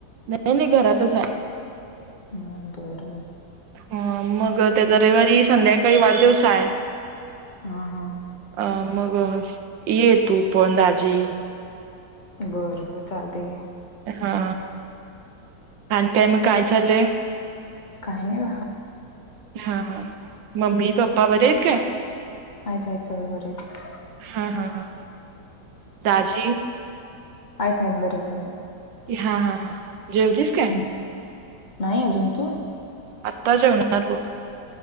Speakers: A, on the right (about 85°); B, on the left (about 50°).
A: नाही नाही घरातच आहे.
B: हा बर बर.
A: अ मग त्याचा रविवारी संध्याकाळी वाढदिवसा आहे.
B: हा हा.
A: अ मग ये तू पणंदाजी
B: बर बर चालते आहे.
A: हा आणि काय मग काय चायल?
B: काही नाही.
A: हा ह मम्मी पप्पा बरे आहेत का?
B: आहेत आहेत सगळे बर आहेत.
A: हा हा हा. दाजी
B: आहेत आहेत बरे सगळे.
A: हा हा हा. जेवलीस? काय
B: हम् नाही अजून तू.
A: आत्ता जेवणार बुक